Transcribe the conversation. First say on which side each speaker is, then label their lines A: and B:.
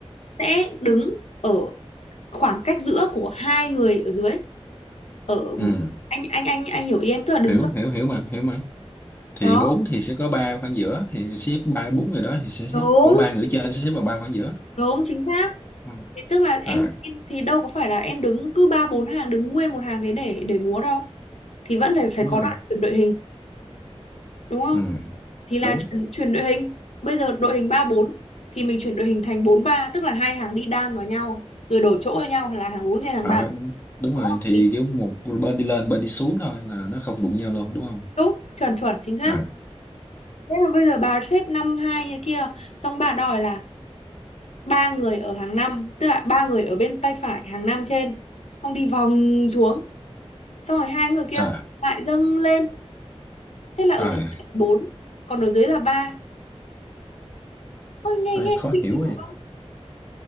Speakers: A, on the left; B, on the left.
A: sẽ đứng ở khoảng cách giữa của hai người ở dưới ở
B: ừ
A: anh anh anh anh hiểu ý em tức là đứng
B: hiểu
A: song
B: hiểu hiểu mà hiểu mà thì
A: đó
B: bốn thì sẽ có ba khoảng giữa thì xếp ba bốn người đó thì sẽ xếp
A: đúng
B: ủa ba người trên sẽ xếp vào ba khoảng giữa
A: đúng chính xác
B: Ừ.
A: thì tức là em,
B: à
A: em thì đâu có phải là em đứng cứ ba bốn hàng đứng nguyên một hàng thế để để múa đâu thì vẫn phải phải
B: đúng
A: có
B: rồi
A: đoạn chuyển đội hình đúng không
B: ừ
A: thì là
B: đúng
A: chuyển, chuyển đội hình bây giờ đội hình ba bốn thì mình chuyển đội hình thành bốn ba tức là hai hàng đi đan vào nhau rồi đổi chỗ cho nhau là hàng bốn trên hàng
B: à,
A: ba
B: đúng
A: có
B: rồi
A: hợp
B: thì
A: lý
B: kiểu một bên đi lên bên đi xuống thôi là nó không đụng nhau luôn đúng không
A: đúng chuẩn chuẩn chính xác
B: à
A: Thế là bây giờ bà xếp năm hai như kia, xong bà đòi là ba người ở hàng năm, tức là ba người ở bên tay phải hàng năm trên, xong đi vòng xuống, xong rồi hai người kia
B: trời
A: lại dâng lên, thế là ở
B: ơi
A: trên là bốn, còn ở dưới là ba. Ôi nghe
B: ai
A: nghe
B: khó
A: kỳ
B: hiểu
A: kỳ
B: vậy
A: cục không?